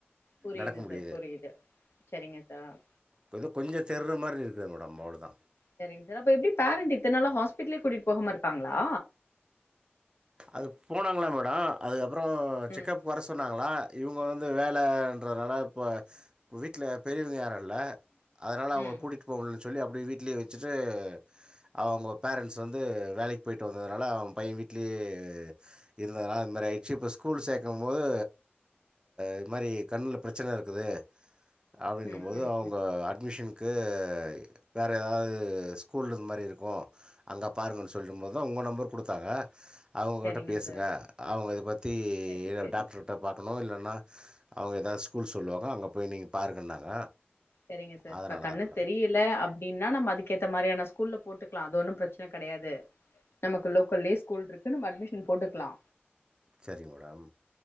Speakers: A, on the left; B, on the right.
A: புரியுது
B: நடக்க முடியுது
A: சார் புரியுது சரிங்க சார்
B: <unintelligible> கொஞ்ச தேர்ற மாரி இருக்குது மேடம் அவ்ளோ தா
A: சேரிங் சார் அப்ப எப்டி பேரண்ட் இத்தன்னால ஹாஸ்பிடலே கூடிட்டு போகாம இருப்பாங்களா
B: அது போனாங்களா மேடம் அது அப்புற செக்கப்
A: ம்
B: வர சொன்னாங்களா இவங்க வந்து வேலன்றதுனால இப்போ வீட்ல பெரியவங்க யாரு இல்ல அதனால அவங்களகூடிட்டு
A: ம்
B: போ சொல்லி அப்டியே வீட்லையே வச் சுட்டு அவங்க பேரன்ஸ் வந்து வேலைக் போய்ட்டு வந்ததுனால அவன் பையன் வீட் <unintelligible> இருந்ததுனால அது மாரி ஆச்சி இப்போ ஸ்கூல் சேர்கும் போது இது மாதிரி கண்ணுல பெரச்சன இருக்குது அப்படின்ன
A: ம்
B: போது
A: ம்
B: அவங்க
A: ம்
B: அட்மிஷன் க்கு வேற ஏதாவது ஸ்கூல இது மாரி இருக்கு அங்க பாருங்கன்னு சொல்லும் போது தா உங்க நம்பர் குடுத்தாங்க <unintelligible> அவுங்
A: சரிங்க
B: கிட்ட பேசுங்க
A: சார்
B: அவங்க இத பத்தி
A: சரி சரி
B: டாக்டரு கிட்ட பாக்கணு இல்லன்னா அவுங்க எதாது ஸ்கூல் சொல்லுவாங்க அங்க போய் நீங்க பாருங்கன்னாங்க
A: சரிங்க சார்
B: அதனால்
A: இப்ப கண்ணு
B: தான் மேடம்
A: தெரியல அப் அப்டின்னா நம்ம அதுக்கேத்த மாரியான ஸ்கூல்ல போட்டுக்கலா அது ஒன்னு பெரச்சன கெடையாது நமக்கு லோக்கல்லே ஸ்கூல் இருக் <unintelligible> அட்மிஷன் போட்டுகலா
B: சரிங்மேடம்